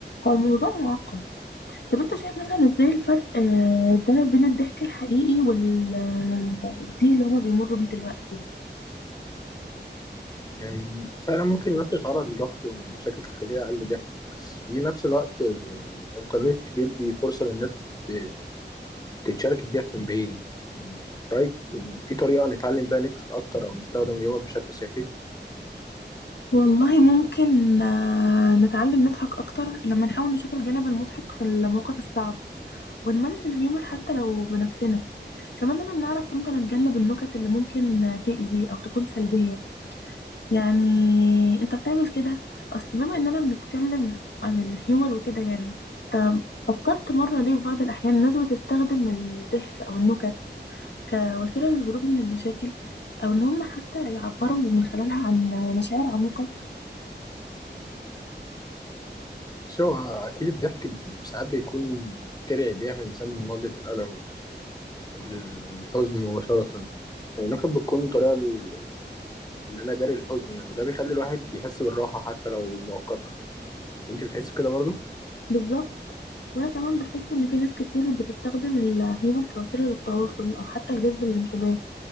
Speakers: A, on the left; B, on the left.
A: هو الموضوع معقد طب انت شايف مثلا ازاي الفرق آه، ده بين الضحك الحقيقي وال آه، والضيق اللي هما بيمروا بيه دلوقتي
B: يعني فعلا ممكن الناس تتعرض لضغط ومشاكل تخليها أقل ضحك بس في نفس الوقت الإنترنت بيدي فرصة للناس تت- تتشارك الضحك من بعيد رأيك في طريقة نتعلم بيها نضحك أكتر أو نستخدم اليوم بشكل صحي؟
A: والله ممكن آه، نتعلم نضحك أكتر لما نحاول نشوف الجانب المضحك في المواقف الصعبة ونمارس الهيومر حتى لو بنفسنا كمان لازم نعرف امتى نتجنب النكت اللي ممكن آه، تأذي أو تكون سلبية يعني انت بتعمل كده أصل بما إننا بنتكلم عن الهيومر وكده يعني انت فكرت مرة ليه في بعض الأحيان الناس بتستخدم الضحك أو النكت كوسيلة للهروب من المشاكل أو إن هم حتى يعبروا من خلالها عن مشاعر عميقة
B: سواء أكيد الضحك ساعات بيكون درع بيحمي الإنسان من مواجهة الألم والحزن مباشرة يعني النقد بتكون طريقة ل- إن أنا داري الحزن يعني وده بيخلي الواحد يحس بالراحة حتى لو مؤقتا أنت بتحس بكده برضه؟
A: بالظبط وانا كمان بحس ان في ناس كتير بتستخدم الهيومر كوسيله للتواصل او حتى لجذب الانتباه